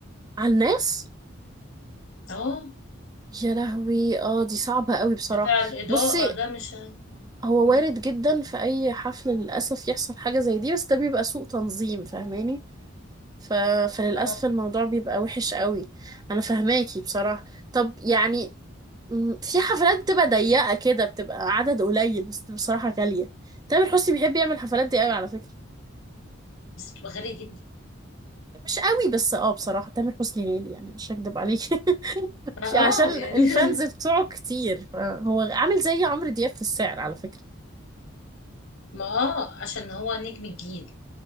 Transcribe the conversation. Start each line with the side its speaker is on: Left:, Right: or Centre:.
Right: على الناس
Left: اه
Right: يا لهوي اه دي صعبة قوي بصراحة
Left: بتاع الاضاءه
Right: بصي
Left: ده مش
Right: هو
Left: مم.
Right: وارد جدا في اي حفل للاسف يحصل حاجه زي دي بس ده بيبقى سوء تنظيم فاهماني ف... فللاسف
Left: اه
Right: الموضوع بيبقى وحش قوي انا فاهماكي بصراحه طب يعني م، في حفلات بتبقى ضيقه كده بتبقى عدد قليل بس بتبقى بصراحه غاليه تامر حسني بيحب يعمل الحفلات دي قوي على فكره
Left: بس بتبقى غالية جدا
Right: مش قوي بس اه بصراحه تامر حسني غالي يعني مش هكدب عليكي
Left: ما
Right: <laughs>
Left: اه
Right: عشان
Left: يعني
Right: الفانز
Left: <laughs>
Right: بتوعه كتير فهو عامل زي عمرو دياب في السعر على فكره
Left: ما اه عشان هو نجم الجيل